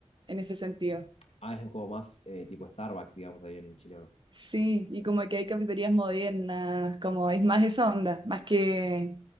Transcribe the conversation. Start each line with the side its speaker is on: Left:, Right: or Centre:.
Right: en ese sentido.
Left: Ah, es como más eh, tipo Starbucks, digamos, ahí en Chile,
Right: Sí, y como que hay cafeterías modernas, como es más esa onda, más que,